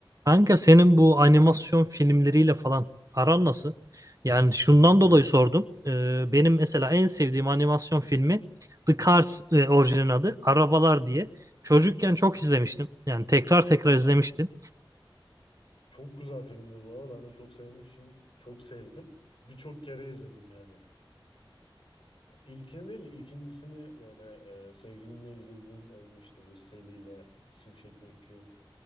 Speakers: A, on the right (about 40°); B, on the left (about 85°).
A: Kanka senin bu animasyon filmleriyle falan aran nasıl? Yani şundan dolayı sordum. Ee, benim mesela en sevdiğim animasyon filmi The Cars e, orijinalin adı. Arabalar diye. Çocukken çok izlemiştim. Yani tekrar tekrar
B: Ya,
A: izlemiştim.
B: çok güzel filmdir bu arada. Ben de çok sevmişim. Çok sevdim. Birçok kere izledim yani. İlkini değil, ikincisini böyle e, sevgilimle izlediğim olmuştu bu Sally ile Şimşek McQueen.